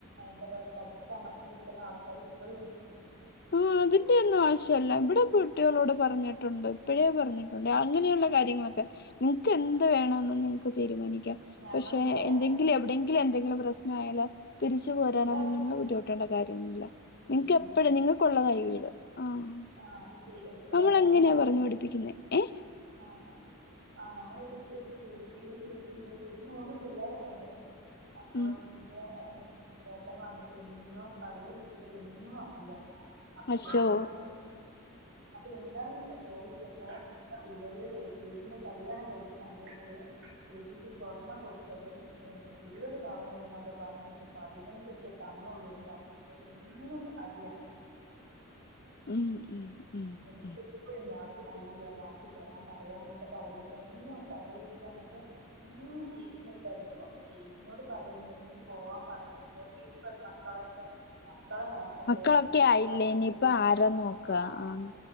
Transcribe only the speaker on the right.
എന്താ പറയാ കടിച്ചമർത്തി നൽക്കുന്ന ആൾക്കാർ ഇപ്പും ഉണ്ട്
ഞങ്ങളിവിടെ
ഇവിടെ അടുത്ത്
ചേച്ചി
ആഹ ഈ എവിടെ
അടുത്ത തന്നെ ആയിരുന്നു
ആ അതെ ആ ഞങ്ങൾ ഇവിടുത്തെ ചേച്ചി ഒരു ചേച്ചി ചേച്ചിക്ക് മൂന്ന് പിള്ളേരൊക്കെ ഇണ്ട് അപ്പൊ
ഇതിന്റെ വേത്തന് വന്നിട്ട് എന്നോ കള്ള് കുടിച്ചിട്ട് എന്നും അടിയാ അപ്പൊ
എന്താണ് അപ്പൊ എന്താണ് ചോദിച്ചപ്പോ ഇവര് ചേച്ചീനെ കല്യാണം കഴിച്ച സമയത്ത് ചേച്ചിക്ക് സ്വർണം കൊടുത്തത് ഇരുപത് പവന് ഇങ്ങോട്ട് പറഞ്ഞിട്ട് പതിനഞ്ചറ്റെ തന്നുള്ളൂന്ന് പറഞ്ഞിട്ട് എന്നും അടിയാണ്
എന്നിട്ട്
ഇപ്പഴും ബാക്കി തന്നില്ല ബാക്കി തരാൻ പറയാന്നൊക്കെ പറഞ്ഞിട്ട് എന്നോ കള്ള് കുടിച്ചു വന്നിട്ട് എന്നോ ചേച്ചി ചേച്ചിനെ ഇട്ട് അടിക്കും അപ്പൊ ചേച്ചിനോട് പറയും നിർത്തി പോവാൻ പറഞ്ഞുന്നുണ്ടോ ചേച്ചി പറയും മക്കളൊക്കെ മക്കളെ നോക്കണ്ട
എന്ത് വീട്ടുകാർക്ക്
ബുദ്ധിമുട്ട
ആ